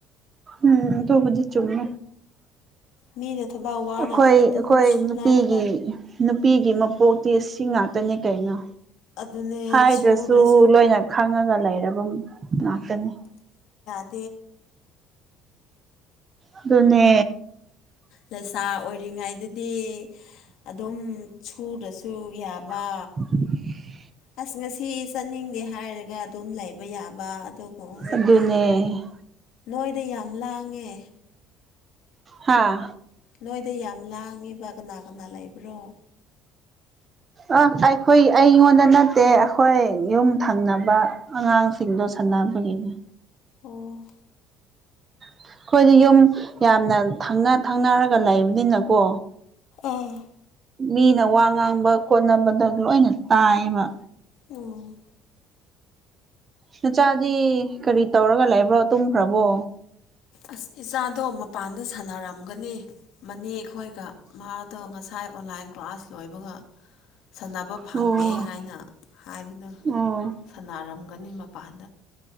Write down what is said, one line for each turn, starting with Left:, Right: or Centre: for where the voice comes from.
Right: ꯎꯝ ꯗꯨꯕꯨꯗꯤ ꯆꯨꯝꯃꯦ
Left: ꯃꯤꯅ ꯊꯕꯛ ꯋꯥꯅ
Right: ꯑꯩꯈꯣꯏ ꯑꯩꯈꯣꯏ
Left: ꯑꯗꯨꯝ ꯁꯨꯅꯔꯒ
Right: ꯅꯨꯄꯤꯒꯤ ꯅꯨꯄꯤꯒꯤ ꯃꯄꯣꯛ ꯁ ꯁꯤ ꯉꯥꯛꯇꯅꯦ ꯀꯩꯅꯣ
Left: ꯑꯗꯨꯅꯦ
Right: ꯍꯥꯏꯗ꯭ꯔꯁꯨ
Left: ꯁꯨꯗ꯭ꯔꯁꯨ
Right: ꯂꯣꯏꯅ ꯈꯪꯉꯒ ꯂꯩꯔꯕ ꯉꯥꯛꯇꯅꯤ
Left: ꯗ
Right: ꯑꯗꯨꯅꯦ
Left: ꯂꯩꯁꯥ ꯑꯣꯏꯔꯤꯉꯩꯗꯗꯤ ꯑꯗꯨꯝ ꯁꯨꯔꯁꯨ ꯌꯥꯕ
Right: ꯎ
Left: ꯑꯁ ꯉꯁꯤ ꯆꯠꯅꯤꯡꯗꯦ ꯍꯥꯏꯔꯒ ꯑꯗꯨꯝ ꯂꯩꯕ ꯌꯥꯕ ꯑꯗꯨꯕꯨ ꯍꯧꯖꯤꯛꯇꯤ
Right: ꯑꯗꯨꯅꯦ
Left: ꯅꯣꯏꯗ ꯌꯥꯝ ꯂꯥꯡꯉꯦ
Right: ꯍꯥꯥ
Left: ꯅꯣꯏꯗ ꯌꯥꯝ ꯂꯥꯡꯉꯤꯕ ꯀꯅꯥ ꯀꯅꯥ ꯂꯩꯕ꯭ꯔꯣ
Right: ꯑ ꯑꯩꯈꯣꯏ ꯑꯩꯉꯣꯟꯗ ꯅꯠꯇꯦ ꯑꯩꯈꯣꯏ ꯌꯨꯝ ꯊꯪꯅꯕ ꯑꯉꯥꯡꯁꯤꯡꯗꯣ ꯑꯅꯥꯕꯒꯤꯅꯦ
Left: ꯑꯣ
Right: ꯑꯩꯈꯣꯏꯗꯤ ꯌꯨꯝ ꯌꯥꯝꯅ ꯊꯪꯅ ꯊꯪꯅꯔꯒ ꯂꯩꯕꯅꯤꯅꯀꯣ
Left: ꯑꯥ
Right: ꯃꯤꯅ ꯋꯥ ꯉꯥꯡꯕ ꯈꯣꯠꯅꯕꯗ ꯂꯣꯏꯅ ꯇꯥꯏꯌꯦꯕ
Left: ꯑꯣ
Right: ꯅꯆꯥꯗꯤ ꯀꯔꯤ ꯇꯧꯔꯒ ꯂꯩꯕ꯭ꯔꯣ ꯇꯨꯝꯈ꯭ꯔꯕꯣ
Left: ꯑꯁ ꯏꯆꯥꯗꯣ ꯃꯄꯥꯟꯗ ꯁꯥꯟꯅꯔꯝꯒꯅꯤ ꯃꯅꯦ ꯑꯩꯈꯣꯏꯒ ꯃꯥꯗꯣ ꯉꯁꯥ ꯑꯣꯟꯂꯥꯏꯟ ꯀ꯭ꯂꯥꯁ ꯂꯣꯏꯕꯒ ꯁꯥꯟꯅꯕ ꯐꯪꯗꯦ
Right: ꯑꯣ
Left: ꯍꯥꯏꯅ ꯍꯥꯏꯕꯅ
Right: ꯑꯣ
Left: ꯁꯥꯟꯅꯔꯝꯒꯅꯤ ꯃꯄꯥꯟ